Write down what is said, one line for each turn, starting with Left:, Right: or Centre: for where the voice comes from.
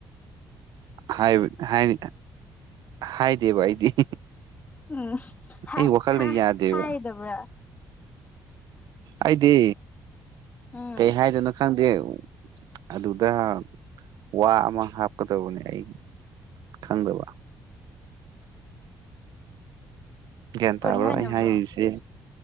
Right: ꯍꯥꯏꯕ ꯍꯥꯏꯅꯤ ꯍꯥꯏꯗꯦꯕ ꯑꯩꯗꯤ
Left: ꯎꯝ ꯍꯥ
Right: ꯑꯩ ꯋꯥꯈꯜꯅ ꯌꯥꯗꯦꯕ
Left: ꯍꯗꯕ꯭ꯔ
Right: ꯑꯩꯗꯤ
Left: ꯎꯝ
Right: ꯀꯩ ꯍꯥꯏꯗꯣꯏꯅꯣ ꯈꯪꯗꯦ ꯑꯗꯨꯗ ꯋꯥ ꯑꯃ ꯍꯥꯞꯀꯗꯧꯕꯅꯦ ꯑꯩ ꯈꯪꯗꯕ ꯒ꯭ꯌꯥꯟ ꯇꯥꯕ꯭ꯔꯣ
Left: ꯀꯔꯤ ꯍꯥꯏꯅꯕ꯭ꯔꯣ
Right: ꯑꯩ ꯍꯥꯏꯔꯤꯕꯁꯦ